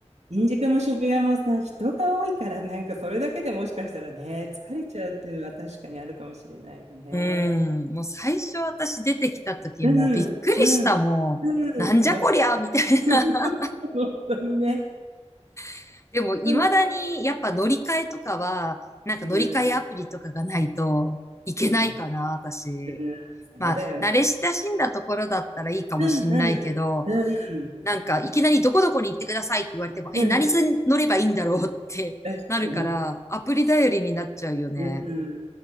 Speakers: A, on the right; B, on the left.
A: に。新宿も渋谷もさ、人が多いから、なんかそれだけでもしかしたらね、疲れちゃうっていうのは確かにあるかもしれないよね。
B: うーん、もう最初私出てきた時もうびっくりした、
A: うん、うん、
B: もう、
A: うん、
B: なんじゃこりゃ、
A: そう、
B: みたいな。
A: <laughs> 本当にね。
B: <laughs> でも未だにやっぱ乗り換えとかは、
A: 本当に、
B: なんか乗り換えアプリとかがないといけないかな、
A: うん、だよね。
B: 私。
A: うん、
B: まあ、
A: そうだよね。
B: 慣れ親しんだところだったらいいかもしんないけど、
A: うん、うん、うん、
B: なんかいきなりどこどこに行ってくださいって言われても、
A: うん、
B: え、何に乗ればいいんだろうってなるから、
A: 確かに。
B: アプリ頼りになっちゃうよね。
A: うん、